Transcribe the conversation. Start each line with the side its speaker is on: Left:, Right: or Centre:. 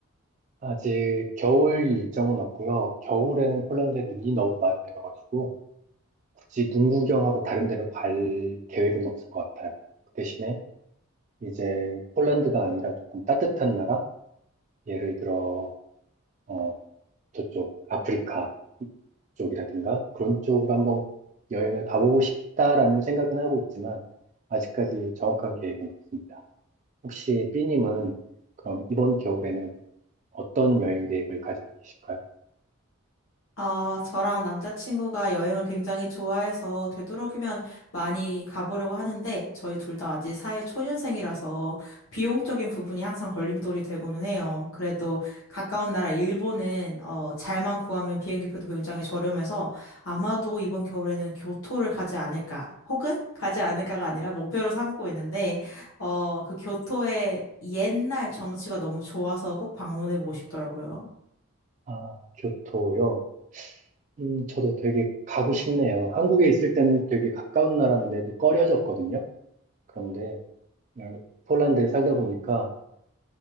Right: 아직 겨울 일정은 없고요. 겨울에는 폴란드에 눈이 너무 많이 내려가지고 굳이 눈 구경하러 다른 데로 갈 계획은 없을 것 같아요. 그 대신에 이제 폴란드가 아니라 조금 따뜻한 나라? 예를 들어, 어, 저쪽 아프리카 쪽이라든가 그런 쪽으로 한번 여행을 가보고 싶다라는 생각은 하고 있지만 아직까지 정확한 계획은 없습니다. 혹시 B님은 그럼 이번 겨울에는 어떤 여행 계획을 가지고 계실까요?
Left: 아, 저랑 남자친구가 여행을 굉장히 좋아해서 되도록이면 많이 가보려고 하는데 저희 둘 다 아직 사회 초년생이라서 비용적인 부분이 항상 걸림돌이 되고는 해요. 그래도 가까운 나라 일본은 어, 잘만 구하면 비행기표도 굉장히 저렴해서 아마도 이번 겨울에는 교토를 가지 않을까 혹은 가지 않을까가 아니라 목표로 삼고 있는데 어, 그 교토의 옛날 정취가 너무 좋아서 꼭 방문해보고 싶더라고요.
Right: 아, 교토요? 음, 저도 되게 가고 싶네요. 한국에 있을 때는 되게 가까운 나라인데도 꺼려졌거든요. 그런데 그냥 폴란드에 살다 보니까